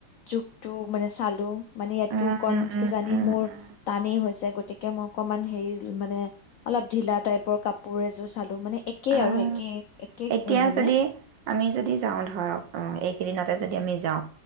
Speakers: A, on the left; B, on the right.
A: জো টো মানে চালো। মানে ইয়াতকে
B: উম,
A: কণ,
B: উম, উম,
A: কিজানি মোৰ
B: উম।
A: টানেই হৈছে। গতিকে মই অকনমান, হেৰি মানে অলপ ঢিলা টাইপৰ কাপোৰ এযোৰ চালো। টো মানে একেই
B: আ
A: আৰু একে, একে
B: এতিয়া
A: এ, মানে
B: যদি আমি যদি যাওঁ ধৰক সেইকেইদিনতে যদি আমি যাওঁ